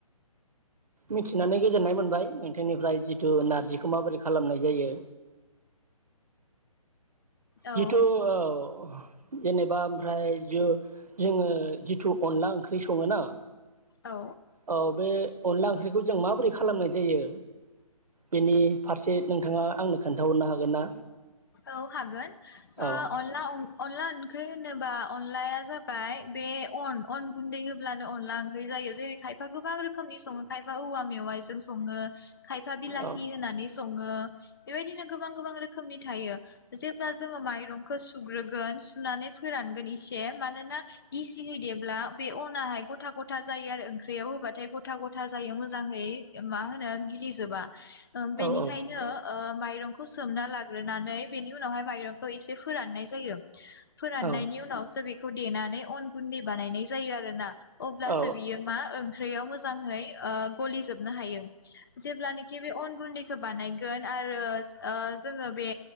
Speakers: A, on the right; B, on the left.
A: मिथिनानै गोजोननाय मोनबाय नोंथांनिफ्राय जिथु नारजिखौ माबोरै खालामनाय जायो।
B: औ
A: जिथु ओह जेनेबा ओमफ्राय जो जोङो जिथु अनला ओंख्रि सङोना
B: औ।
A: औ बे अनला ओंख्रिखौ जों माबोरै खालामनाय जायो बेनि फारसे नोंथाङा आंनो खोन्थाहरनो हागोन ना?
B: औ हागोन। ओ
A: औ
B: अनला अं अनला ओंख्रि होनोबा अनलाया जाबाय बे अन अन गुनदै होब्लानो अनला ओंख्रि जायो जेरै खायफा गोबां रोखोमनि सङो खायफा औवा मेवाइजों सङो। खायफा बिलाहि
A: औ
B: होनानै स ओ बेबायदिनो गोबां गोबां रोखोमनि थायो जेब्ला जों मायरंखौ सु सुग्रोगोन सुनानै फोरानगोन एसे मानोना गिसि देब्ला बे अनाहाय गथा गथा जायो आरो ओंख्रियाव होबाथाय गथा गथा जायो मोजांयै मा होनो गिलिजोबा। ओम बेनिखायनो
A: औ औ
B: ओ माइरंखौ सोमना ला ग्रोनानै बेनि उनावहाय माइरंखौ एसे फोरान्नाय जायो। फोरान्नायनि
A: औ
B: उनावसो बे खौ देनानै अन गुन्दै बानायनाय जायो आरो ना। अब्लासो
A: औ
B: बियो मा ओंख्रियाव मोजाङै गलिजोबनो हायो। जेब्लानोखि बे अन गुन्दैखौ बानायगोन आरो ओ जोङो बे